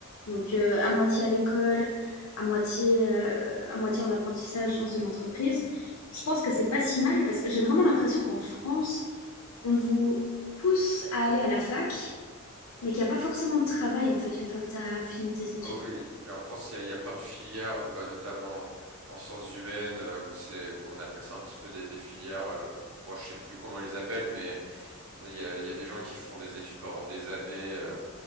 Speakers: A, on the left (about 75°); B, on the right (about 70°).
A: Donc, euh, à moitié à l'école, à moitié, euh, à moitié en apprentissage dans une entreprise. Je pense que c'est pas si mal parce que j'ai vraiment l'impression qu'en France, on vous pousse à aller à la fac mais qu'il n'y a pas forcément de travail en fait une fois que tu as fini tes études.
B: Ah oui, et en France, il y a, il y a plein de filières, no- bah, notamment en sciences humaines, euh, où c'est, bon, on appelle ça un petit peu des, des filières. euh, bon, je sais plus comment on les appelle, mais il y a, il y a des gens qui font des études pendant des années euh,